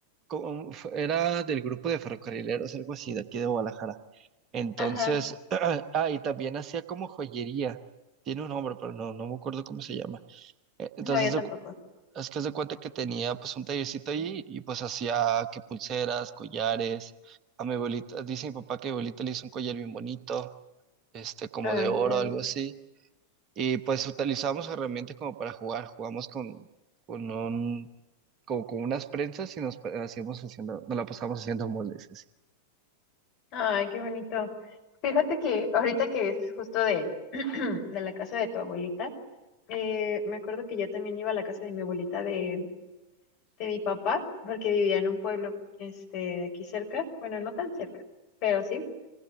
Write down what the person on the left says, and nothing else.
ajá.
No, yo
tampoco.
Ay,
qué bonito.
Ay, qué bonito. Fíjate que ahorita que dices justo de, <clears throat> de la casa de tu abuelita, eh, me acuerdo que yo también iba a la casa de mi abuelita de, de mi papá, porque vivía en un pueblo, este, de aquí cerca, bueno, no tan cerca, pero sí.